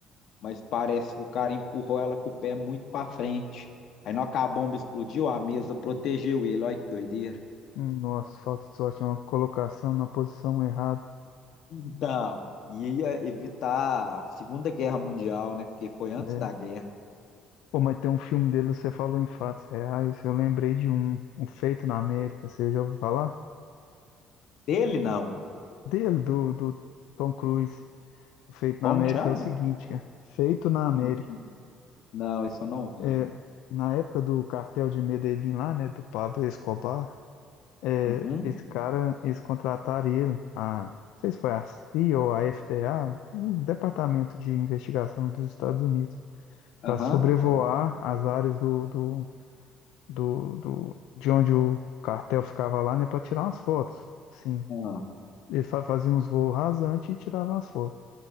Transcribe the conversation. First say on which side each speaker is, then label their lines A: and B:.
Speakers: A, on the left (about 60°); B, on the left (about 90°).
A: mas parece que o cara empurrou ela com o pé muito para frente. Aí na hora que a bomba explodiu, a mesa protegeu ele. Olha que doideira.
B: Hum, nossa, falta de sorte. Uma colocação na posição errada.
A: Então, ia evitar a Segunda Guerra Mundial, né? Porque foi antes
B: É.
A: da guerra.
B: Pô, mas tem um filme dele, você falou em fatos reais. Eu lembrei de um. Um Feito na América. Você já ouviu falar?
A: Dele, não.
B: Dele, do, do Tom Cruise. O feito
A: Como
B: na América
A: chama?
B: é o seguinte, cara. Feito na América.
A: Não vi. né? Não, isso eu não vi.
B: É, na época do cartel de Medellín lá, né, do Pablo Escobar, é,
A: Uhum.
B: esse cara, eles contrataram ele, a, não sei se foi a CIA ou a FDA, o Departamento de Investigação dos Estados Unidos, para
A: Aham.
B: sobrevoar
A: É.
B: as áreas do, do, do, do- de onde o cartel ficava lá, né, para tirar umas fotos. Assim,
A: Ah,
B: ele fa- faziam uns voos rasantes e tirava as fotos.